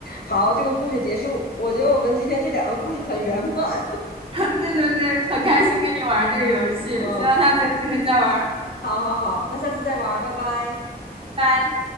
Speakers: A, on the left (about 65°); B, on the right (about 35°).
A: 好，这个故事结束。我觉得我们今天这两个故事很圆满。
B: <laughs> 对对对，很开心跟你玩这个游戏，
A: <laughs> 嗯，
B: 希望下次有机会再玩。
A: 好好好，那下次再玩儿，拜拜。
B: 拜。